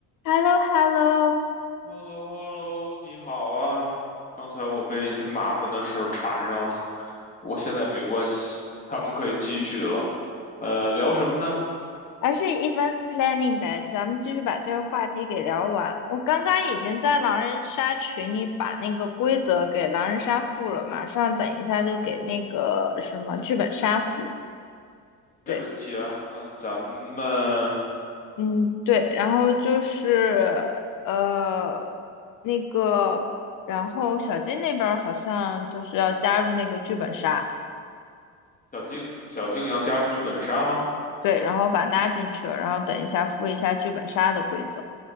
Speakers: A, on the left; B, on the left.
A: h e l l o h e l l o
B: h e l l o h e l l o 你好啊！刚才我被一些麻烦的事儿缠上了，我现在没关系，咱们可以继续了。呃，聊什么呢？
A: 而是 events planning 呗，咱们继续把这个话题给聊完。我刚刚已经在狼人杀群里把那个规则给狼人杀附了，马上等一下就给那个什么剧本杀附。对，
B: 没问题啊。那咱们
A: 嗯，对，然后就是呃那个，然后小金那边儿好像就是要加入那个剧本杀，
B: 小静，小静要加入剧本杀吗？
A: 对，然后把拉进去了，然后等一下附一下剧本杀的规则。